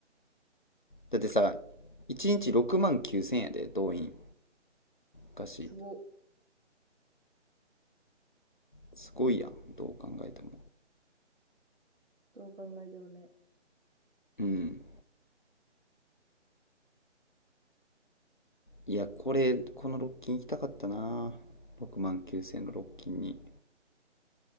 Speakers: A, on the left (about 45°); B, on the right (about 70°).
A: だってさ、1日6万9000円やで、動員。昔。
B: すごい。
A: すごいやん、どう考えても。
B: どう考えてもね。
A: うん。いや、これ、このロッキン行きたかったな。6万9000のロッキンに行